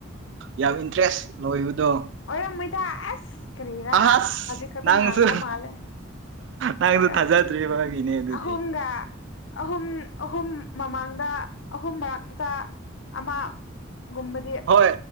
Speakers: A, on the right; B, on the left.
A: ꯌꯥꯝ ꯏꯟꯇꯔꯦꯁ ꯂꯣꯏꯕꯗꯣ
B: ꯑꯣꯏꯔꯝ ꯃꯣꯏꯗ ꯑꯁ ꯀꯔꯤꯔꯥ
A: ꯑꯍꯁ
B: ꯍꯧꯖꯤꯛ ꯈꯛꯇ
A: ꯅꯪꯁꯨ
B: ꯉꯥꯡꯕ ꯃꯥꯜꯂꯦ
A: ꯅꯪꯁꯨ
B: ꯑꫭꯏꯔꯝ
A: ꯊꯥꯖꯗ꯭ꯔꯤꯕꯒꯤꯅꯦ
B: ꯃꫭꯏꯍ‌ꯦ
A: ꯑꯗꯨꯗꯤ
B: ꯑꯍꯣꯝꯒ ꯑꯍꯨꯝ ꯑꯍꯨꯝ ꯃꯃꯥꯡꯗ ꯑꯍꯨꯝ ꯃꯔꯛꯇ ꯑꯃ ꯨꯒꯨꯝꯕ
A: ꯍꯣꯏ